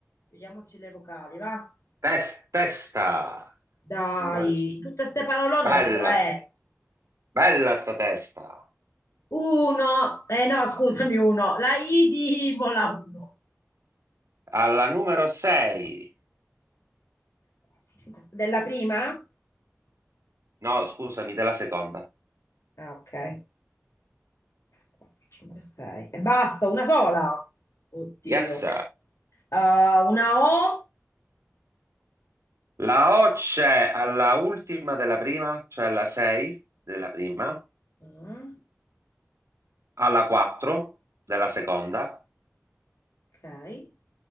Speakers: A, on the left; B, on the right.
A: Vediamoci le vocali, va?
B: Tes- testa,
A: Dai,
B: signore,
A: tutte ste parolone
B: Bella,
A: non ce la è.
B: st- bella sta testa.
A: Uno, eh no, scusami, uno. La I di Imola, uno.
B: Alla numero 6.
A: Quattro, cinque, sei. Della prima?
B: No, scusami, della seconda.
A: Ah, ok. 4, 5, 6. E basta, una sola. Oddio.
B: Yes.
A: Eh, una O.
B: La O c'è alla ultima della prima, cioè alla 6 della prima,
A: Ah,
B: alla 4 della seconda
A: ok.